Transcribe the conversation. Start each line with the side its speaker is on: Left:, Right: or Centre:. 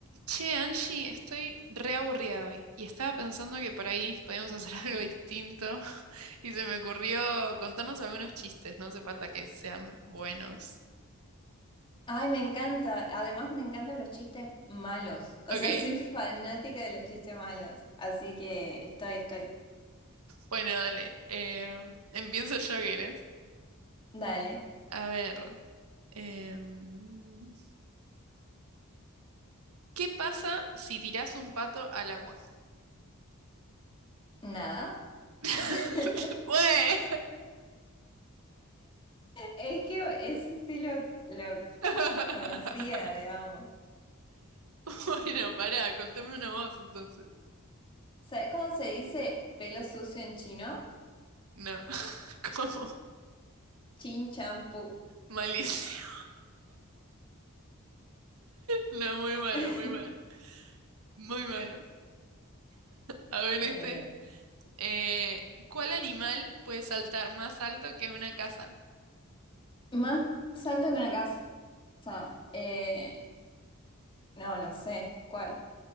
Right: Che, Angie, estoy re aburrida hoy y estaba pensando que por ahí podíamos hacer <laughs> algo distinto <laughs> y se me ocurrió contarnos algunos chistes, no hace falta que sean buenos.
Left: Ay, me encanta. Además, me encantan los chistes malos. O
Right: Ok,
Left: sea, soy fanática de los chistes malos. Así que estoy, estoy.
Right: bueno, dale. eh, empiezo yo, ¿querés?
Left: Dale.
Right: A ver, em, ¿qué pasa si tirás un pato al agua?
Left: Nada.
Right: <laughs>
Left: <laughs>
Right: ¡Güey!
Left: Es que eso sí lo, lo
Right: <laughs>
Left: conocía, digamos.
Right: Bueno, pará, contame una voz entonces.
Left: ¿Sabes cómo se dice pelo sucio en chino?
Right: No, <laughs> ¿cómo?
Left: Chin champú.
Right: Malísimo. No, muy malo,
Left: <laughs>
Right: muy malo. Muy malo. A ver
Left: A
Right: este. Eh, ¿cuál animal puede saltar más alto que una casa?
Left: Más alto que una casa. Eh, no, no sé. ¿Cuál?